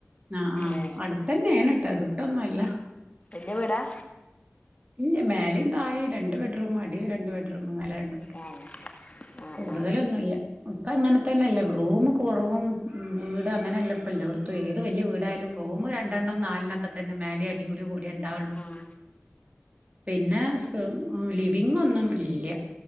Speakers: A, on the right; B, on the left.
A: ആഹ് ആഹ്
B: ഏ
A: അടുത്തന്നെയാണ് കേട്ടോ വിട്ടൊന്നുംല്ല
B: എന്റെറെ വീടാ
A: ഇല്ല മേലേം താഴേം രണ്ട് ബെഡ് റൂം അടിയിൽ രണ്ട് ബെഡ് റൂം <unintelligible>
B: ആ ആ
A: കൂടുതലൊന്നും ഇല്ല ഇപ്പ അങ്ങനെ തന്നെയല്ല റൂമ് കുറവും വീട് അങ്ങനല്ല ഇപ്പല്ല ഇവിടത്ത ഏത് വലിയ വീടായാലും റൂമരണ്ടെണ്ണം നാലെണ്ണം ഒക്കെ തന്നെ മേലെ അടികൂടി കൂടി ഉണ്ടാവുള്ളു
B: അ
A: പിന്നെ ലിവിംഗ് ഒന്നും ഇല്ല